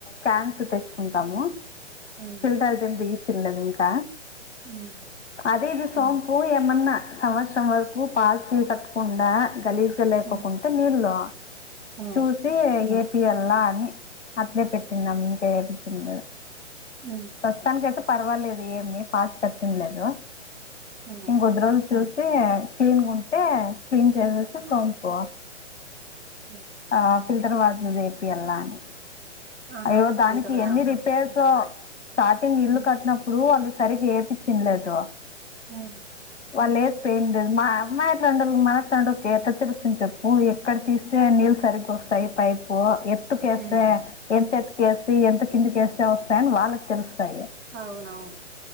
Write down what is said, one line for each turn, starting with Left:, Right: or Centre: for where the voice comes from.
Left: క్యాన్స్ తెచ్చు కుంటాము
Right: ఉమ్,
Left: ఫిల్టర్ తెంపి ఇచ్చేలేదింక
Right: ఉమ్,
Left: అదే ఇది సోంపు ఏమన్నా సంవత్సరం వరకు పాచి కట్టకుండా గలీ లేకోకుంటే
Right: ఉమ్,
Left: నీళ్ళు
Right: ఉమ్,
Left: చూసి ఏపీ ఎల్లా అని అట్లే పెట్టిన్నాము ఇంకేమి చిన్లేదు
Right: ఉమ్
Left: ప్రస్తుతానినికి అయితే పర్వాలేదు ఏమి పాచి కట్టేం లేదు
Right: ఆ
Left: కొద్దిద్రోలు చూసి క్లీన్గా ఉంటే క్లీన్ చేసేసి సోంపు
Right: ఉమ్
Left: ఆ ఫిల్టర్ వాటర్ ఎపిల్లా అని
Right: ఆహా
Left: అయ్యో దానికి
Right: ఫిల్టర్ కానీ
Left: ఎన్ని రిపేర్సో స్టార్టింగ్ ఇల్లు
Right: ఉమ్,
Left: కట్టినప్పుడు ఇప్పుడు వాళ్ళు సరిగ్గా ఎపించ్చిన్లేదు
Right: హ్మ్
Left: వాళ్ళు ఎస్తే ఏం లేదు మా అమ్మ ఇట్లా ఉండాల మన ఎట్ట తెలుస్తుంది చెప్పు ఎక్కడ తీస్తే నీళ్ళు సరిగ్గా వస్తాయి పైపు ఎత్తుకేస్తే
Right: ఉమ్.
Left: ఎంత ఎత్తుకేసి ఎంత కిందిక వేస్తే వస్తాయని వాళ్ళకి తెలుస్తాయి
Right: అవునవును